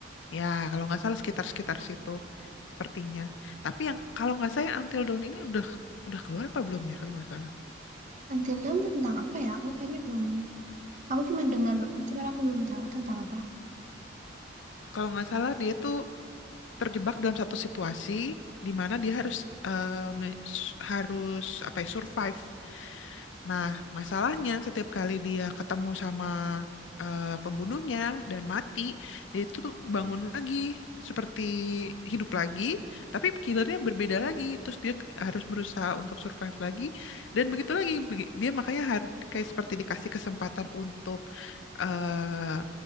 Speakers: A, on the left (about 75°); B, on the right (about 40°).
A: Ya, kalau nggak salah sekitar-sekitar situ sepertinya. Tapi yang kalau nggak salah yang Until Dawn ini udah udah keluar apa belum ya kalau nggak salah.
B: Until Dawn tuh tentang apa ya? Aku kayaknya belum. Aku cuma dengar doang, cuman aku belum tahu tentang apa.
A: Kalau nggak salah dia tuh terjebak dalam satu situasi di mana dia harus eh, me- s- harus apa ya survive Nah, masalahnya setiap kali dia ketemu sama eh, pembunuhnya dan mati, dia itu tuh bangun lagi seperti hidup lagi, tapi killernya berbeda lagi. Terus dia ke- harus berusaha untuk survive lagi dan begitu lagi Begi- dia makanya har- kayak seperti dikasih kesempatan untuk eh,